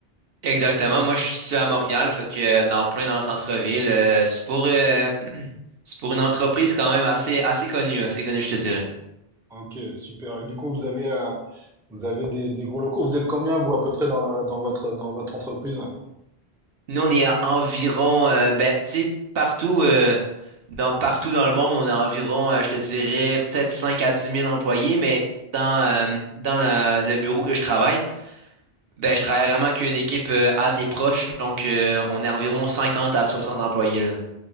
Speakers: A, on the right; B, in the centre.
A: Exactement. Moi, je suis situé à Montréal, fait que euh, dans plein dans le centre-ville, euh, c'est pour, euh, <clears throat> c'est pour une entreprise quand même assez, assez connue, assez connue, je te dirais.
B: Ok, super. Et du coup, vous avez, euh, Vous avez des, des gros locaux. Vous êtes combien, vous, à peu près, dans la- dans votre, dans votre entreprise?
A: Nous, on est à environ, euh, ben, tu sais, partout, euh, dans, partout dans le monde, on a environ, euh, je te dirais, peut-être 5 à dix mille employés, mais dans, euh, dans la- le bureau que je travaille, ben, je travaille vraiment qu'une équipe euh, assez proche, donc euh, on est environ 50 à 60 employés, là.